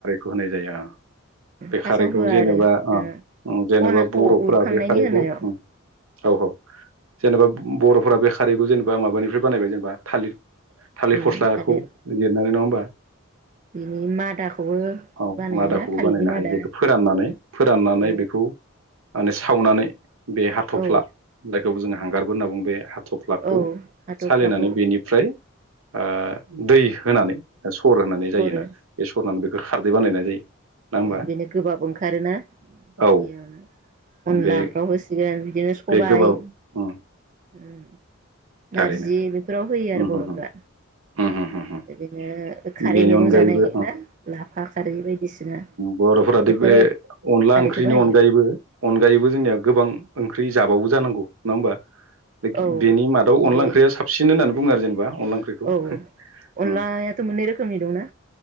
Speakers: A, on the right (about 80°); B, on the right (about 35°).
A: होनाय जायो ओ। बे
B: फार्स्टआव
A: खारैखौ
B: होआ
A: जेनेबा
B: आरो
A: ओ जेनेबा
B: अनाखौ
A: ओ बर'फोरा
B: उरखांनायनि
A: बे खारैखौ
B: होनायाव
A: ओ औ औ। जेनेबा बर'फोरा बे खारैखौ जेनेबा माबानिफ्राय बानायबाय जेनेबा थालिर। थालिर
B: उम
A: फस्लाखौ
B: थालिर
A: लिरनानै नङा होमबा?
B: बिनि मादाखौबो
A: औ
B: बानायोना
A: मादाखौबो
B: थालिरनि
A: बानायनो
B: मादा
A: हायो बेखौ फोराननानै फोराननानै
B: औ
A: बेखौ माने सावनानै बे हाथ'फ्ला
B: औ
A: बे खौबो जों हांगारबो होनना बुं बे हा थफ्लाखौ
B: औ हाथ'फ्लाखौ
A: सालिनानै बेनिफ्राय ओ दै होनानै ओ सर होनानै
B: सरो
A: जायोना बे सरनानै बेखो खारदै बानायनाय जायो। नङा होमबा
B: ओ बेनो गोबाब ओंखारोना?
A: औ
B: बेयाव अनलाफ्राव
A: बे
B: होसिगोन बिदि बेयो सबाय
A: बे गोबाव उम
B: उम। नारजि
A: थारैनो
B: बेफोराव होयो आरो
A: उम
B: बर'फ्रा।
A: उम उम उम उम उम
B: ओदिनो खारै
A: बेनि
B: मैगं
A: अनगायैबो
B: जानाय ना लाफा खारै बायदिसिना
A: बर'फोरा
B: बेफोराव
A: दे बे अनला
B: खारैखौ
A: ओंख्रिनि
B: बाहायो
A: अनगायैबो अनगायैबो जोंनिया गोबां ओंख ख्रि जाबावो जानांगौ नङा होमबा? दि गि
B: औ
A: बेनि माद
B: जेरै
A: अनला ओंख्रिया साबसिन होननानै बुं आरो जेनेबा। अनला ओंख्रिखौ
B: औ अनलायाथ'
A: उम
B: मोननै रोखोमनि दंना।